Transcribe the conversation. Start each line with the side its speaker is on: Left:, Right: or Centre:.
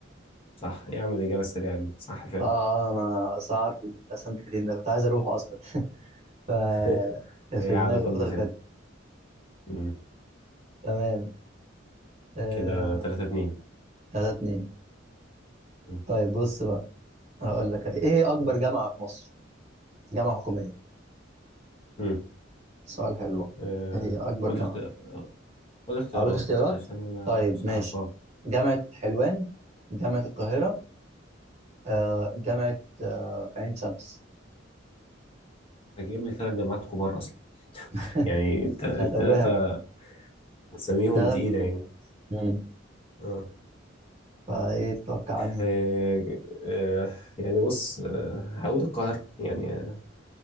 Left: صح إيه يا عم الإجابة السريعة دي صح فعلا
Right: اه آه، انا أصل عارفه بتاع سانت كاترين ده كنت عايز اروحه اصلا <laughs> ف
Left: <laughs>
Right: كان
Left: هي
Right: في
Left: على
Right: دماغي
Left: قولنا
Right: الفترة اللي
Left: فعلا
Right: فاتت
Left: مم.
Right: تمام آه،
Left: كده تلاتة اتنين
Right: تلاتة اتنين
Left: مم.
Right: طيب بص بقى هقول لك ايه هي اكبر جامعة في مصر جامعة حكومية
Left: مم.
Right: سؤال حلو
Left: آه،
Right: ايه هي اكبر
Left: قول
Right: جامعة
Left: لي اختيار قول لي اختيارات
Right: هقول لك اختيارات
Left: عشان أنا
Right: طيب
Left: مش
Right: ماشي
Left: هعرفها
Right: جامعة حلوان جامعة القاهرة آه جامعة آه عين شمس
Left: أنت جايب لي تلات جامعات كبار أصلا
Right: <laughs>
Left: يعني الت- التلاتة
Right: مش هتوهك بقى
Left: أساميهم
Right: تلاتة
Left: تقيلة
Right: كنا مع
Left: يعني
Right: بعض مم.
Left: اه
Right: فايه تتوقع عني
Left: آه، آه، يعني بص آه، هقول القاهرة يعني آه،